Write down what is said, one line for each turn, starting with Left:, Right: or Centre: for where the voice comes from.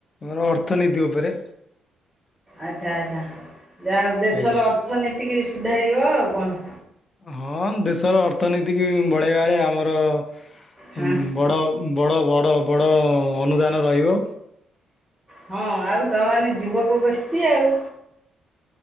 Left: ମୋର ଅର୍ଥନୀତି ଉପରେ।
Centre: ଆଚ୍ଛା ଆଚ୍ଛା ଯାହା ହଉ ଦେଶର
Left: ଆଜ୍ଞା
Centre: ଅର୍ଥନୀତିକି ସୁଧାରିବ ଆଉ କଣ।
Left: ହଁ ଦେଶର ଅର୍ଥନୀତିକି ବଢେଇବା ବେଳେ ଆମର ଉଁ
Centre: ହଁ
Left: ବଡ଼। ଉଁ ବଡ଼ ବଡ଼ ବଡ଼ ଅନୁଦାନ ରହିବ।
Centre: ହଁ ଆଉ ତମେ ମାନେ ଯୁବକ ଗୋଷ୍ଟି ଆଉ।